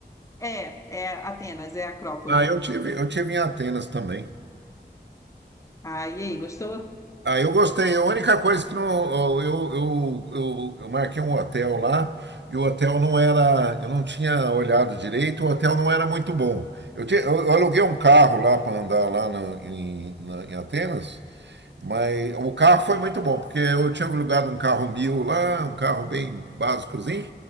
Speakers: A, on the left; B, on the right.
A: é, é Atenas, é Acrópole.
B: Ah, eu tive, eu tive em Atenas também.
A: Ah, e aí, gostou?
B: Ah, eu gostei. A única coisa que não, eu, eu, eu, eu marquei um hotel lá e o hotel não era, eu não tinha olhado direito, o hotel não era muito bom. Eu, ti- eu- eu aluguei um carro lá para andar lá no- em, na- em Atenas, mas o carro foi muito bom, porque eu tinha alugado um carro mil lá, um carro bem básicozinho,